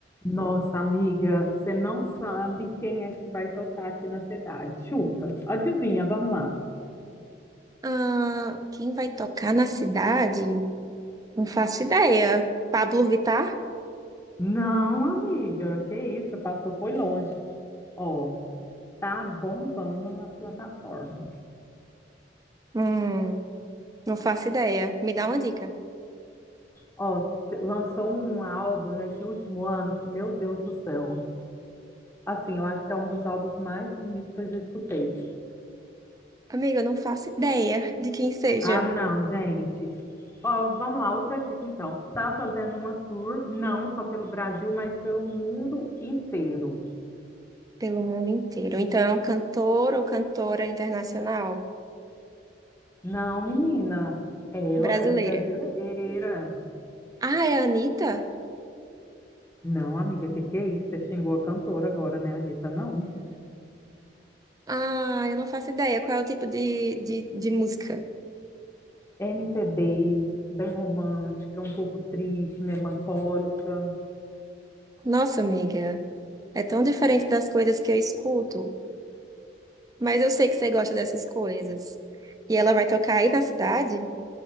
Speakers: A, on the left; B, on the right.
A: Nossa, amiga, você não sabe quem é que vai tocar aqui na cidade. Chuta, adivinha, vamos lá.
B: Ah, quem vai tocar na cidade? Não faço ideia. Pablo Vittar?
A: Não, amiga, que isso, passou, foi longe. Ó, tá bombando nas plataformas.
B: Hum, não faço ideia. Me dá uma dica.
A: Ó, t- lançou um álbum nesse último ano que, meu Deus do céu. Assim, eu acho que é um dos álbuns mais bonitos que eu já escutei.
B: Amiga, eu não faço ideia de quem seja
A: Ah, não, gente. Ó, vamos lá, outra dica então. Tá fazendo uma tour, não só pelo Brasil, mas pelo mundo inteiro.
B: pelo mundo inteiro. Então é um cantor ou cantora internacional
A: Não, menina, ela
B: brasileira.
A: é brasileira.
B: Ah, é a Anitta?
A: Não, amiga, que que é isso? Você xingou a cantora agora, né, Anitta? Não.
B: Ah, eu não faço ideia. Qual é o tipo de, de, de música?
A: MPB, bem romântica, um pouco triste, melancólica.
B: Nossa, amiga, é tão diferente das coisas que eu escuto. Mas eu sei que você gosta dessas coisas. E ela vai tocar aí na cidade?